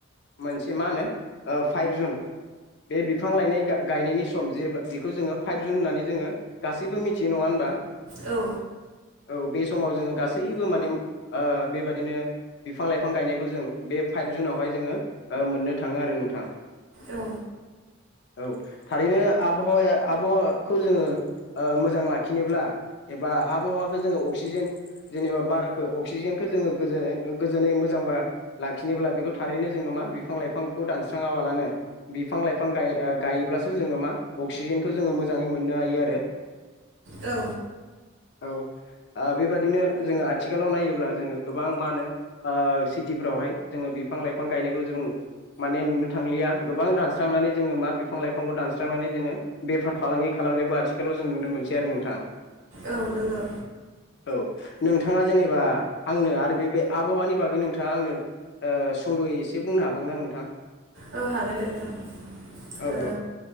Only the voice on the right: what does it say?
औ
औ
औ
औ नंगौ।
औ हागोन नोंथां
ओ